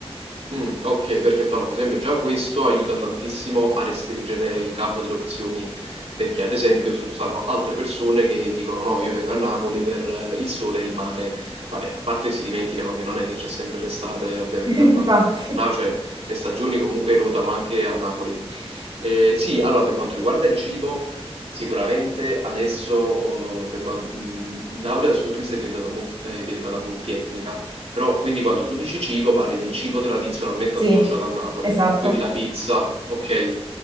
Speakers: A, on the right; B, on the right.
A: Mh, okay, perfetto. Allora, per esempio già questo aiuta tantissimo a restringere il campo delle opzioni, perché ad esempio su stanno altre persone che dicono: "No, io vengo a Napoli per eh, il sole e il mare". Vabbè, a parte si dimenticano che non è che c'è sempre l'estate ovviamente
B: <laughs> Infatti,
A: a ma no, cioè le stagioni comunque ruotano anche a Napoli. Ehm, sì, allora per quanto riguarda il cibo, sicuramente adesso, uhm, per quan mhmm, Napoli da 'sto punto di vista è diventata molt è diventata multietnica. Però quindi quando tu dici cibo, parli del cibo tradizionalmente
B: sì,
A: associato a Napoli,
B: esatto.
A: quindi la pizza, ok.